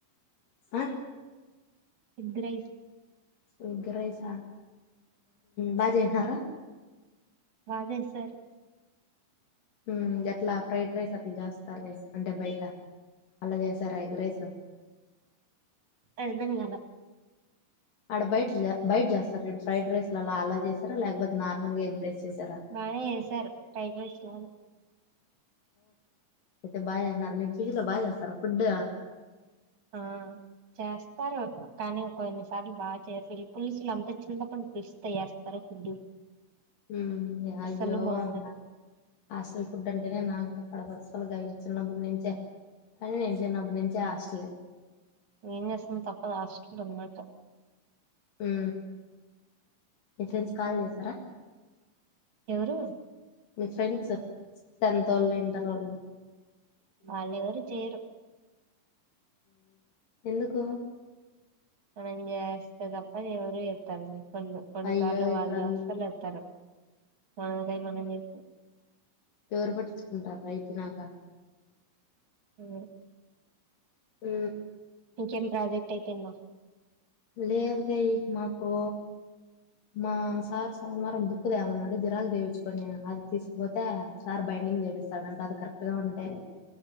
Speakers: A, on the left; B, on the right.
A: ఆ
B: ఎగ్ రైస్
A: ఎగ్ రైస బ జెస్ న్నారా
B: బజేసార్
A: ఉ ఎట్లా ఫ్రైడ్ రైస్ అట్లా చేస్తారే అంటే బయట అలా చేసారా ఎగ్ రైస్
B: ఎన్దిగాన
A: ఆడ బయాటిల బయట చేస్తారు చూడు ఫ్రైడ్ రైస్లా లలా చేస్తారా లేకపోతే నార్మల్గా ఎగ్ రైస్ చేసారా
B: బానే చేసారు ఫ్రైడ్ రైస్ లానే
A: అయితే బాగా చేసినార మీ పీజీలో బాగా చేస్తార ఫుడ్
B: ఆ చేస్తారు కానీ కొన్ని సార్లు బా చేసేళ్ళు పులుసులు అంత చింతపండు పిస్త ఏస్తారు ఫుడ్
A: ఉ అయ్యో
B: అస్సలు బాగుండదు
A: అన్నా హాస్టల్ ఫుడ్ అంటేనే నాకు కూడా పడదు అస క లుగా ఇ చిన్నప్పటి నుంచే కానీ నేను చిన్నప్పటి నుంచే హస్లే
B: ఏంచేస్తాం తప్పదు హాస్టల్ ఉన్నక
A: ఉ మీ ఫ్రెంస్ కాల్ చేసారా
B: ఎవరు
A: మీ ఫ్రెండ్స్ టెన్త్ వాళ్ళు ఇంటర్ వాళ్ళు
B: మాళ్ళఊరు జయరు
A: ఎందుకో
B: మంజే వస్తదప్పా దేవరు ఇతారు కొ కొన్ని
A: అయ్యో
B: సార్లు వాళ్ళు
A: ఇప్పుడు అం
B: అసలు వస్తారు మనకై మనంస్తం
A: పేరుపట్చుకుంటారు రైతు నాక
B: అ
A: హ
B: ఇంకేం ప్రాజెక్ట్ అయితేన్నా
A: లేదు కాయ మాకు మా సార్ సోమవారం బుక్ దేమన్నాడు జిరాకు దేయిచ్చుకని అది తీసుపోతే సార్ బైండింగ్ చేపిస్తాడంటే అది కరెక్ట్గా ఉంటే